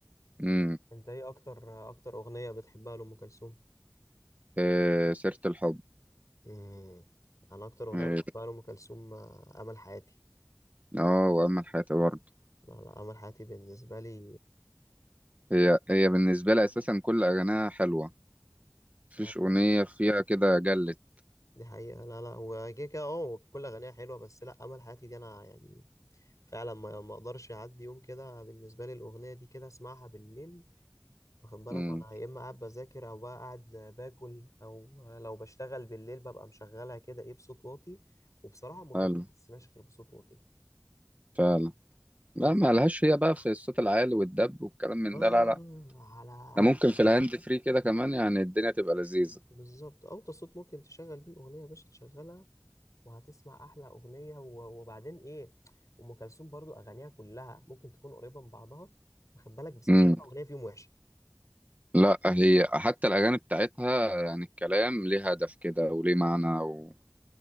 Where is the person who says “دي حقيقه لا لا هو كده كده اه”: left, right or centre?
Left